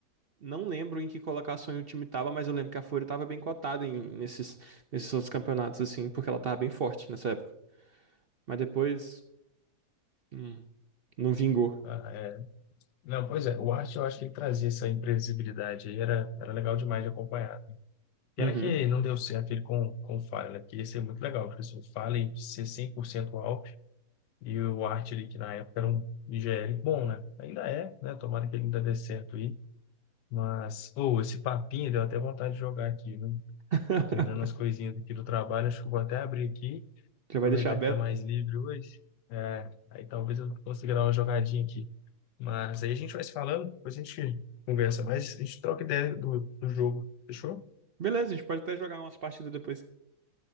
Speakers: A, on the right; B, on the left.
A: não lembro em que colocação o time tava, mas eu lembro que a Fúria tava bem cotada em- nesses, nesses outros campeonatos, assim, porque ela tava bem forte nessa época. Mas depois, hum, não vingou.
B: Ah, é. Não, pois é, o Arte eu acho que ele trazia essa imprevisibilidade aí, era, era legal demais de acompanhar. Pena
A: Uhum.
B: que não deu certo ele com, com o Fallen, né? Porque ia ser muito legal, porque assim, o Fallen ser 100% Alp e o Arte ali, que na época era um IGL bom, né? Ainda é, né? Tomara que ele ainda dê certo aí. Mas, ou esse papinho deu até vontade de jogar aqui, né?
A: <laughs>
B: Tô terminando as coisinhas aqui do trabalho, acho que eu vou até abrir aqui,
A: Já
B: aproveitar
A: vai deixar aberto.
B: que tá mais livre hoje. É, aí talvez eu consiga dar uma jogadinha aqui. Mas aí a gente vai se falando, depois a gente conversa mais, a gente troca ideia do, do jogo. Fechou?
A: Beleza, a gente pode até jogar umas partidas depois.